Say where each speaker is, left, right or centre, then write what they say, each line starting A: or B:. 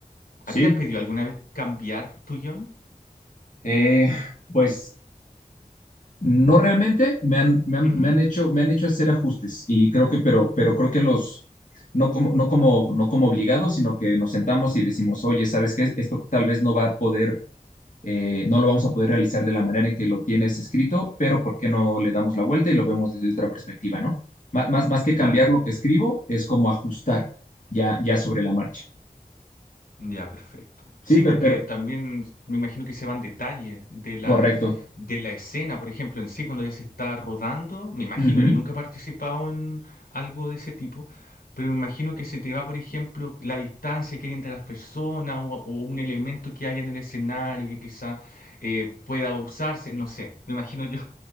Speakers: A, on the left; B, on the left.
A: ¿A
B: Sí.
A: ti te han pedido alguna vez cambiar tu guión?
B: Eh, pues no realmente me han, me han,
A: Ujú,
B: me han hecho, me han hecho hacer ajustes y creo que, pero, pero creo que los, no como, no como, no como obligados, sino que nos sentamos y decimos, oye, ¿sabes qué? Esto tal vez no va a poder eh, no lo vamos a poder realizar de la manera en que lo tienes escrito, pero ¿por qué no
A: ujú.
B: le damos la vuelta y lo vemos desde otra perspectiva, ¿no? Más, más, más que
A: Claro,
B: cambiar lo que escribo, es como ajustar ya, ya sobre la marcha.
A: ya, perfecto. Sí,
B: Sí, pero,
A: porque
B: pero
A: también me imagino que se van detalles de la,
B: correcto.
A: de la escena, por ejemplo, en sí, cuando ya se está rodando, me imagino,
B: Ujú.
A: yo nunca he participado en algo de ese tipo, pero me imagino que se te va, por ejemplo, la distancia que hay entre las personas o, o un elemento que haya en el escenario que quizá eh, pueda usarse, no sé, me imagino yo